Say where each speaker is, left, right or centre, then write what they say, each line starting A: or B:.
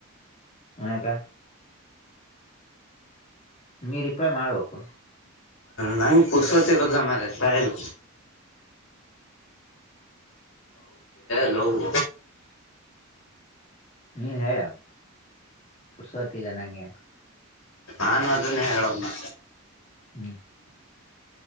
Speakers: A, on the left (about 30°); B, on the left (about 70°).
A: ಯಾಕ ನೀ ರೆಪ್ಲೆ ಮಾಡ್ಬೇಕು
B: ನಂಗ್ ಪುರ್ಷತಿ ಇರೋದಿಲ್ಲ ಮಾರಾಯ್ ಸಾಯಲ್ ಲವ್
A: ನೀನ್ ಹೇಳ ಪುರ್ಸೊತಿಲ್ಲ ನಂಗೆ <unintelligible>
B: ನಾನು ಅದನ್ನ ಹೇಳೋದೋ
A: ಹ್ಮ್